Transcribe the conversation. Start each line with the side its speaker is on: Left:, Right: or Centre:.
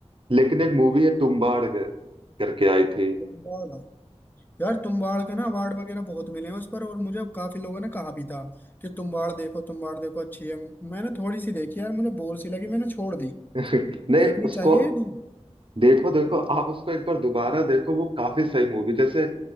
Right: लेकिन एक मूवी है तुम्बाड़ कर- करके आई थी
Left: तुम्बाड़ यार तुम्बाड़ के ना अवार्ड वगैरह बहुत मिले हैं उस पर और मुझे काफी लोगों ने कहा भी था कि तुम्बाड़ देखो तुम्बाड़ देखो अच्छी है मैंने थोड़ी सी देखी यार मुझे बोर सी लगी मैंने छोड़ दी
Right: <laughs> नहीं
Left: देखनी
Right: उसको
Left: चाहिए या नहीं
Right: देखो देखो आप उसको एक बार दोबारा देखो वो काफी सही मूवी जैसे